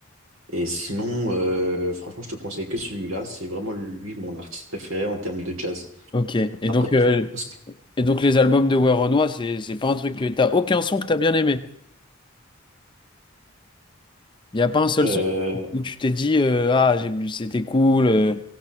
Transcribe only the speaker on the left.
Ok. Et
donc,
euh,
et donc les albums de Werenoi, c'est c'est pas un truc que t'as aucun son que t'as bien aimé. Il n'y a pas un seul
son où tu t'es dit euh, Ah, j'ai bu- c'était cool, euh,